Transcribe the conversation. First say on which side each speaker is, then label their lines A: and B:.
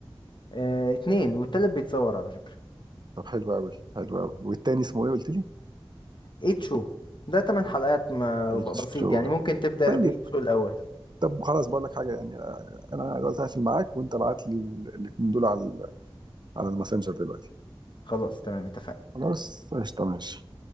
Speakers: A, on the left; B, on the right.
A: آه، اتنين والتالت بيتصور على فكرة
B: طب حلو قوي حلو قوي والتاني اسمه ايه قلت لي
A: ايت شو ده تمن حلقات ما
B: اتش
A: ب- بسيط
B: هو
A: يعني ممكن تبدأ
B: طيب
A: بإيت شو الأول
B: طب خلاص بقول لك حاجه يعني انا دلوقتي هقفل معاك وانت ابعت لي ال- الاتنين دول على ال- على الماسنجر دلوقتي
A: خلاص تمام اتفقنا
B: خلاص قشطه ماشي